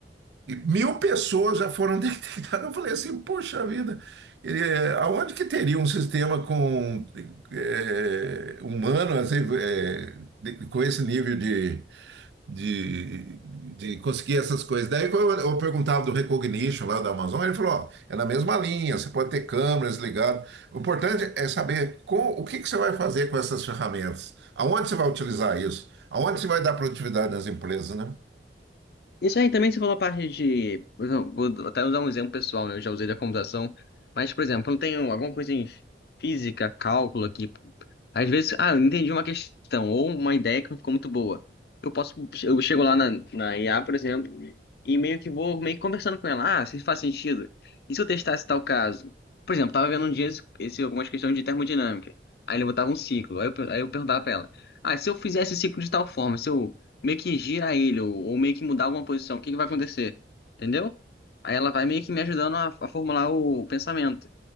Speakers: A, on the right; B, on the left.
A: e mil pessoas já foram <laughs> detectadas. Eu falei assim, poxa vida, eh, aonde que teria um sistema com eh, humano assim, eh, de- com esse nível de, de, de conseguir essas coisas? Daí quando eu, eu perguntava do Recognition lá da Amazon, ele falou, ó, é na mesma linha, você pode ter câmeras ligadas. O importante é saber com, o que que você vai fazer com essas ferramentas, aonde você vai utilizar isso, aonde você vai dar produtividade nas empresas, né?
B: Isso aí também você falou a parte de. por exemplo, Vou até usar um exemplo pessoal, né? Eu já usei da computação. Mas, por exemplo, eu tenho alguma coisa em física, cálculo aqui. Às vezes, ah, eu não entendi uma questão ou uma ideia que não ficou muito boa. Eu posso. Eu chego lá na, na IA, por exemplo, e meio que vou meio que conversando com ela. Ah, se isso faz sentido. E se eu testasse tal caso? Por exemplo, tava vendo um dia esse, esse- algumas questões de termodinâmica. Aí ele botava um ciclo. Aí eu, per- aí eu perguntava pra ela. Ah, se eu fizesse esse ciclo de tal forma, se eu meio que gira ele, ou, ou meio que mudar alguma posição, o que que vai acontecer? Entendeu? Aí ela vai meio que me ajudando a, a formular o pensamento